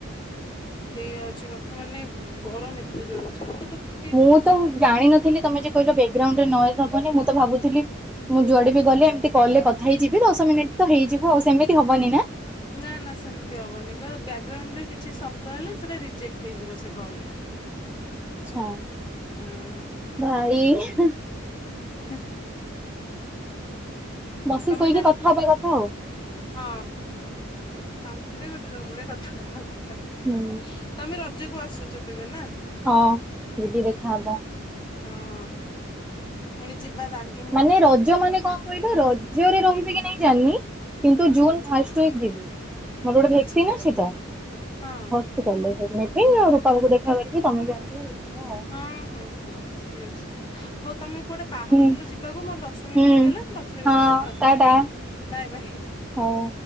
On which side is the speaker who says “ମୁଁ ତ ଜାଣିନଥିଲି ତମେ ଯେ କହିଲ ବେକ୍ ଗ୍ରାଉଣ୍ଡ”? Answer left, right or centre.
Centre